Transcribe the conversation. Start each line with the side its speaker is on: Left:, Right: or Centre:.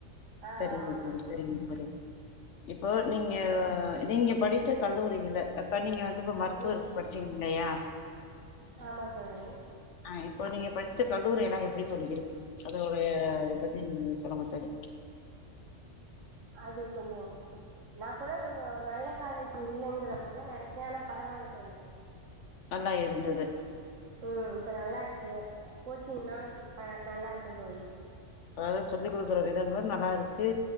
Right: ஆ
Left: சரிங்க
Right: ஆமா
Left: தோழி சரிங்க தோழி இப்போ நீங்க நீங்க படித்த கல்லூரியில அப்ப நீங்க வந்து இப்ப மருத்துவருக்
Right: ம்
Left: படிச்சிருக்கிங்ல்லையா
Right: ஆமா தோழி
Left: ஆ இப்போ நீங்க படுச்ச கல்லூரி எல்லா எப்புடி தோழி இருக்கு அது உரைய இத பத்தி சொல்ல மாட்டாரு
Right: அது கொஞ்சோ நா கூட கொஞ்சோ நல்ல காலேஜ்ஜி இல்லங்கற மாரிதா நெனச்சே ஆனா பரவால்ல தோழி
Left: நல்லா இருந்தது
Right: ம் இப்ப நல்லாருக்கு கோச்சிங்லா ப நல்லாருக்குந் தோழி
Left: ஆக சொல்லி குடுக்குற விதங்களு நல்லா இருக்கு